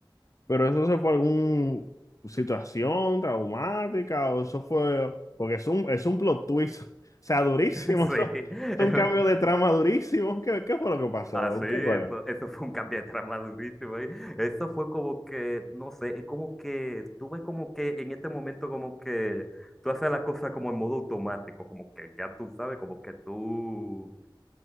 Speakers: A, on the left; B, in the centre.
A: Pero eso se fue alguna situación traumática o eso fue, porque es un, es un plot twist, <laughs> o sea, durísimo,
B: Sí.
A: <laughs> eso-
B: <laughs>
A: es un cambio de trama durísimo. ¿Qué, qué fue lo que pasó?
B: ah sí,
A: ¿Usted
B: eso,
A: recuerda?
B: eso fue un cambio de trama durísimo ahí. Eso fue como que, no sé, es como que tuve como que en este momento como que tú haces las cosas como en modo automático, como que ya tú sabes, como que tú,